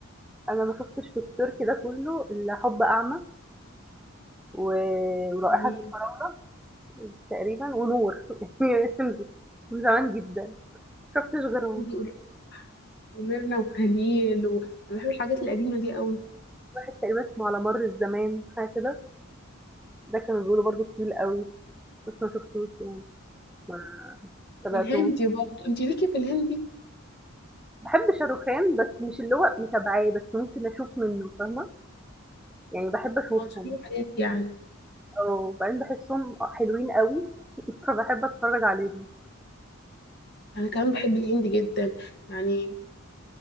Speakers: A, in the centre; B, on the left (about 50°).
A: أنا ما شُفتش في التركي ده كُلّه إلا حُب أعمى و ورائحة
B: جميل
A: الفراولة تقريبًا ونور <laughs> هي خلصت من زمان جدًا، ما شُفتش غيرهم،
B: <laughs> وميرنا وخليل و... انا بحب الحاجات القديمة دي قوي
A: واحد تقريبًا اسمه على مَر الزمان حاجة كده، ده كانوا بيقولوا برضه طويل أوي، بس ما شُفتوش يعني، ما ما تابعتوش.
B: والهندي برضه انت ليكي في الهندي
A: باحب شاروخان، بس مش اللي هو متابعاه، بس ممكن أشوف منّه فاهمة، يعني باحب أشوفهم،
B: اه تشوفي حاجات يعني
A: آه، وبعدين باحسّهم حلوين أوي، فباحب <laughs> أتفرّج عليهم
B: انا كمان بحب الهندي جدا يعني